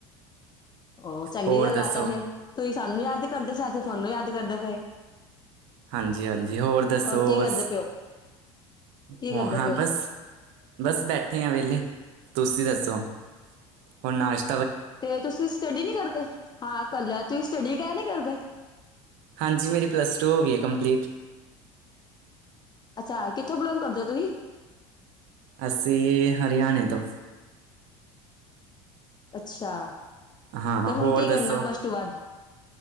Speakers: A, on the left; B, on the right.
A: ਉਹ ਚੰਗੀ
B: ਹੋਰ
A: ਗੱਲ
B: ਦੱਸੋ
A: ਏ, ਤਾਂ ਫਿਰ ਤੁਸੀਂ ਸਾਨੂੰ ਯਾਦ ਕਰਦੇ ਸਾਂ ਅਸੀਂ ਤੁਹਾਨੂੰ ਯਾਦ ਕਰਦਾ ਪਏ।
B: ਹਾਂਜੀ-ਹਾਂਜੀ ਹੋਰ ਦੱਸੋ?
A: ਕੀ
B: ਹੋਰ
A: ਕਰਦੇ ਪਏ ਹੋ ਕੀ
B: ਹੋ
A: ਕਰਦੇ
B: ਹਾਂ
A: ਪਏ
B: ਬਸ, ਬਸ ਬੈਠੇ ਆ ਵੇਹਲੇ, ਤੁਸੀਂ ਦੱਸੋ, ਹੁਣ ਨਾਸ਼
A: ਤੇ ਤੁਸੀਂ ਸਟੱਡੀ ਨੀ ਕਰਦੇ, ਹਾਂ ਕਰ ਲਿਆ ਤੁਸੀਂ ਸਟੱਡੀ। ਕਹਿ ਨੀ ਕਰਦੇ।
B: ਹਾਂਜੀ, ਮੇਰੀ ਪਲੱਸ ਟੂ ਹੋ ਗਈ ਹੈ ਕੰਪਲੀਟ
A: ਅੱਛਾ ਕਿੱਥੋਂ, ਬਿਲੋਂਗ ਕਰਦੇ ਹੋ ਤੁਸੀਂ?
B: ਅਸੀਂ ਹਰਿਆਣੇ ਤੋਂ,
A: ਅੱਛਾ,
B: ਹਾਂ-ਹਾਂ
A: ਤੇ
B: ਹੋਰ
A: ਹੁਣ ਕੀ
B: ਦੱਸੋ
A: ਕਰਨਾ ਪਲੱਸ ਟੂ ਬਾਅਦ